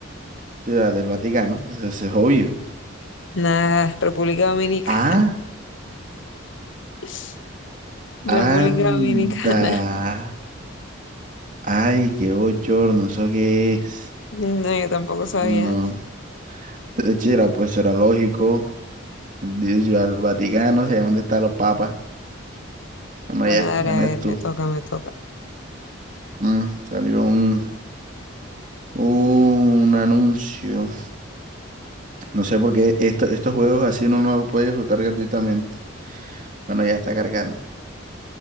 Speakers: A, on the right; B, on the left.
A: Ciudad del Vaticano, eso, eso es obvio.
B: Nada, República Dominicana.
A: Ah,
B: <laughs> República
A: anda.
B: Dominicana.
A: Ay, qué bochorno, ¿eso qué es?
B: No, yo tampoco
A: No,
B: sabía.
A: de hecho, era, pues era lógico. Dice, yo al Vaticano, sé dónde están los papas. Bueno,
B: Bueno,
A: allá?
B: dale,
A: en
B: a
A: esto.
B: ver, me toca, me toca.
A: Mm, salió un, un anuncio. No sé por qué esto- estos juegos así uno no los puede disfrutar gratuitamente. Bueno, ya está cargando.